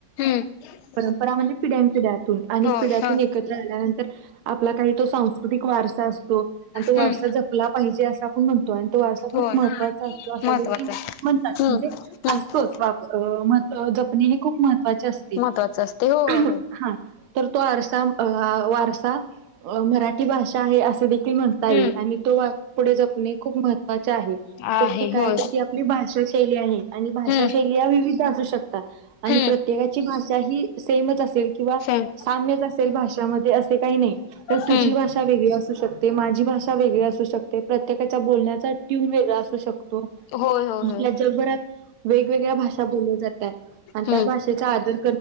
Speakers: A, on the left; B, on the right.
A: <unintelligible>
B: परंपरा म्हणजे पिढ्यान पिढ्यातून अनेक
A: होय
B: पिढ्यातून
A: होय
B: एकत्र आल्यानंतर आपला काही तो सांस्कृतिक वार सा असतो आणि तो
A: हम्म
B: वारसा जपला पाहिजे असं आपण म्हणतो आणि तो वारसा
A: होय
B: खूप महत्त्वाचा असतो असा
A: महत्त्वाचं
B: देखील
A: आहे.
B: म्हणतात
A: हम्म
B: म्हणजे
A: हम्म
B: असतोच वापर अ महत जपने ही खूप महत्वाची असते.
A: महत्त्वाचं असते हो हो
B: <inaudible> हा
A: हो.
B: तर तो अता अ वारसा अ मराठी भाषा आहे असे देखील म्हणता
A: हम्म
B: येईल आणि तो वारसा पुढे जपाने खूप महत्वाचे आहे
A: आहे
B: शेवटी काय
A: होय
B: तर ती आपली भाषा शैली आहे. आणि
A: हम्म
B: भाषा शैली या विविध असू शकतात. आणि
A: हम्म
B: प्रत्येकाची भाषा ही सेमच असेल किंवा
A: सं
B: साम्यच असेल भाषामध्ये असं ते काही नाही तर तुझी
A: हम्म
B: भाषा वेगळी असू शक ते माझी भाषा वेगळी असू शकते. प्रत्येकाचा बोलण्याचा ट्यून वेगळा असू शकतो.
A: होय होय
B: आपल्या
A: होय
B: जगभरात वेगवेगळ्या भाषा बोलल्या जातात आणि
A: हम्म
B: त्या भाषेचा आदर